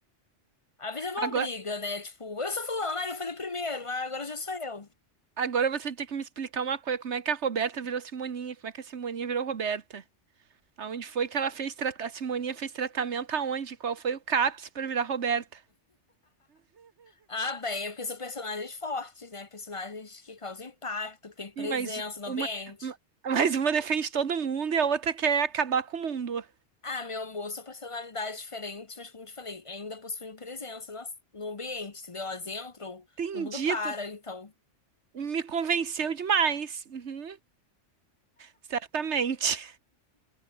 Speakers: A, on the left; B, on the right.
A: Às vezes é uma
B: Agora,
A: briga, né? Tipo, eu sou fulano, aí eu falei primeiro, ah, agora já sou eu.
B: agora você tem que me explicar uma coisa, como é que a Roberta virou Simoninha? Como é que a Simoninha virou Roberta? Aonde foi que ela fez tratamento? A Simoninha fez tratamento aonde? Qual foi o CAPS pra virar Roberta?
A: Ah, bem, é porque são personagens fortes, né? Personagens que causam impacto, que têm presença
B: Sim, mas
A: no
B: uma,
A: ambiente.
B: ma- mas uma defende todo mundo e a outra quer acabar com o mundo.
A: Ah, meu amor, são personalidades diferentes, mas como eu te falei, ainda possuem presença nas- no ambiente, entendeu? Elas entram,
B: Entendi,
A: todo mundo para,
B: tu
A: então.
B: me convenceu demais. Uhum, certamente.